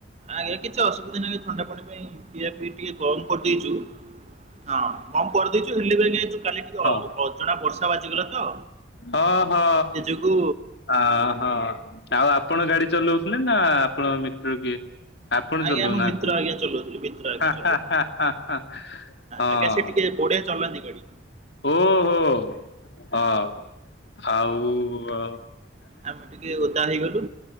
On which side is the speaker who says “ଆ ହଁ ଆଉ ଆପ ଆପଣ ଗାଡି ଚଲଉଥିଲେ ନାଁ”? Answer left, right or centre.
Left